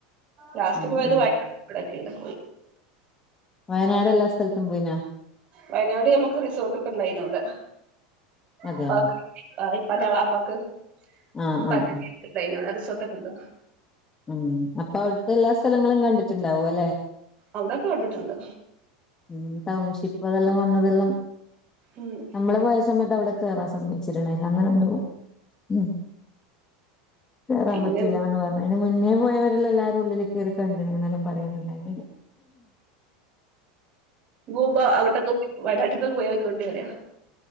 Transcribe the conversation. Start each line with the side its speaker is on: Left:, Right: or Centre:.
Right: ലാസ്റ്റ്
Left: ഉം
Right: പോയത്
Left: ഉം
Right: വയനാടൊക്കെയാണ്
Left: വയനാട് എല്ലാ സ്ഥലത്തും പോയിനൊ
Right: വയനാട് നമ്മുക്ക് റിസോർട്ട് ഒക്കെ ഉണ്ടായിന്നു അവിടെ
Left: അതെയാ
Right: ഉപ്പാക്ക് ഇപ്പാൻ്റെ അളാപ്പക്ക്
Left: ആഹ്
Right: <unintelligible>
Left: ആഹ് ആഹ്
Right: നല്ല സ്വത്ത്‌ ഒക്കെ ഉണ്ട്
Left: ഉം അപ്പൊ അവിടുത്തെ എല്ലാ സ്ഥലങ്ങളും കണ്ടിട്ടുണ്ടാവും അല്ലെ
Right: ഔടൊക്കെ കണ്ടിട്ടുണ്ട്
Left: ഉം ടൗൺഷിപ്പ് അതെല്ലാം വന്നതെല്ലാം
Right: ഉം
Left: നമ്മള് പോയ സമയത്ത് അവിടെ കേറാൻ സമ്മതി വിച്ചിട്ടുണ്ടായിരുന്നു ഇൻക്ക് വരാൻ
Right: പിന്നെ
Left: പറ്റൂല എന്ന് പറഞ്ഞു അയ്ന്നെ മുന്നേ പോയവരെല്ലാം എല്ലാരും ഉള്ളിലാ കേറി കണ്ട്ണ് എന്നെല്ലാം പറയുന്നുണ്ടായിരുന്നു
Right: പൊകുബോ അങ്ങട്ടൊക്കെ വയനാട്ട്ക്കൊക്കെ പോയൊക്കോണ്ടി പറയാ